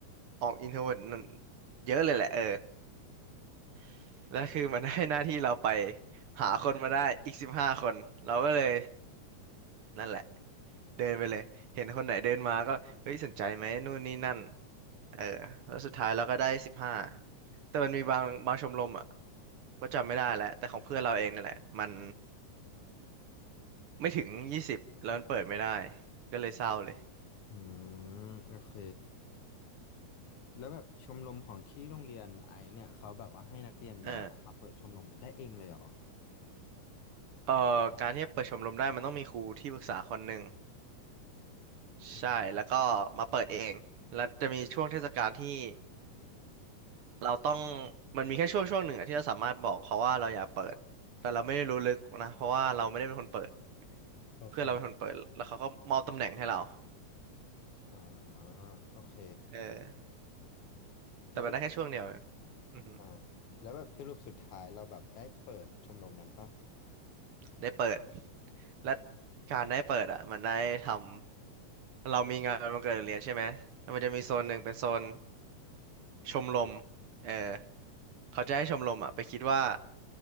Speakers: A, on the right (about 65°); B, on the left (about 70°).
A: ออกอินโทรเวิร์ตเยอะเลยแหละเออ <laughs> แล้วคือมันให้หน้าที่เราไปหาคนมาได้อีกสิบห้าคนเราก็เลยนั่นแหละ เดินไปเลย เห็นคนไหนเดินมาก็เฮ้ยสนใจไหมนู่นนี่นั่นเออแล้วสุดท้ายเราก็ได้สิบห้าแต่มันมีบางบางชมรมอ่ะก็จำไม่ได้แล้วแต่ของเพื่อนเราเองนั่นแหละมันไม่ถึงยี่สิบแล้วมันเปิดไม่ได้ก็เลยเศร้าเลย
B: อืมโอเคแล้วแบบชมรมของที่โรงเรียนไอซ์เนี่ยเขาแบบว่าให้นักเรียนแบบว่ามาเปิดชมรมได้เองเลยเหรอ
A: เออเออการที่จะเปิดชมรมได้มันต้องมีครูที่ปรึกษาคนหนึ่ง
B: อืม
A: ใช่แล้วก็มาเปิดเองแล้วจะมีช่วงเทศกาลที่เราต้องมันมีแค่ช่วงช่วงหนึ่งอะที่เราสามารถบอกเขาว่าเราอยากเปิดแต่เราไม่ได้รู้ลึกนะเพราะว่าเราไม่ได้เป็นคนเปิด
B: โอเค
A: เพื่อนเราเป็นคนเปิดแล้วเขาก็มอบตำแหน่งให้เรา
B: อ่าโอเค
A: เออแต่มันได้แค่ช่วงเดียวเลย
B: แล้วแบบ
A: อือหือ
B: อ่าแล้วแบบสรุปสุดท้ายเราแบบได้เปิดชมรมนั้นปะ
A: ได้เปิดและการได้เปิดอ่ะมันได้ทำเรามีงานวันเกิดโรงเรียนใช่ไหมแล้วมันจะมีโซนหนึ่งเป็นโซนชมรมเออเขาจะให้ชมรมอ่ะไปคิดว่า